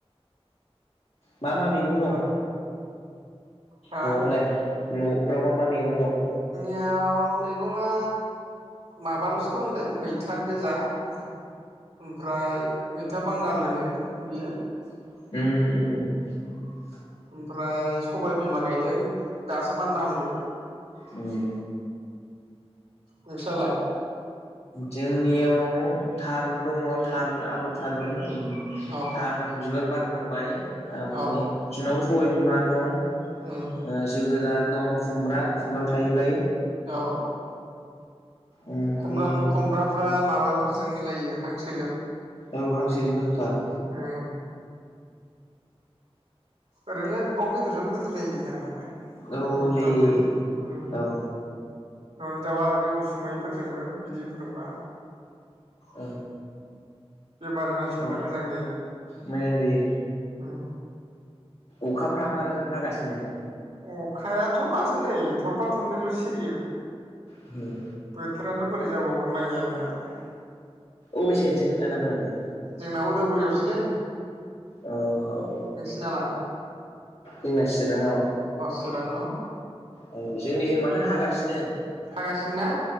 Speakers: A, on the left (about 75°); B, on the right (about 75°).
A: मा मा मेगं
B: ओमफ्राय
A: दं
B: हा
A: न'आवलाय न' फ्राव मा मा मेगं दं
B: याव मैगङा माबाल'सो दंलै मैथा गोजा आ ओमफ्राय मैथा बांगाल होनो बियो
A: उम उम उम उम
B: ओमफ्राय सबाय बिमा गायदों <inaudible> दासो मानला हांबोदों
A: उम
B: नोंस्रालाय
A: जोंनियाव थारुन दङ थारुन आगर थारुन ओम
B: औ
A: थारून बिबार बारहांबाय ओमफाय
B: औ
A: <unintelligible> सबाय बिमा दं ओ
B: उम
A: जोगोनार दं खुमब्रा खुमब्राबो थायबाय।
B: औ।
A: ओमफ्रायो
B: खुमब्रा खुमब्राफ्रा माबाफोरजों मिलायो हांसोजों।
A: औ हांसोजों गोथावथार।
B: उम ओरैनोलाय दाउ बेदरजोंबो गोथाव जायो। जानायालाय
A: औ
B: न'नि
A: जायो
B: दाउजों उम।
A: औ
B: न'नि दाउआ आरो बे उसुमैफोरजोंबो बिदै फुदुंबा
A: औ
B: बेमारि मानसिफोरनो
A: औ
B: मोजां जायो
A: मोजां जायो
B: उम।
A: अखाफ्रा मा रोखोम हागासिनो?
B: अखायाथ' माथो नै थरफा थरनैल' सिरियो।
A: उम।
B: बोथोरानोथ' बोरै जाबावगोन माइ गायनाया।
A: अबे साइडजों आदामोनालाय?
B: जोंना उदालगुरियावसोलै।
A: अ औ
B: नोंसिनालाय?
A: जोंना चिराङाव
B: चिरां न'।
A: औ जोंनि जों माथो' हागासिनो
B: हागासिनो ना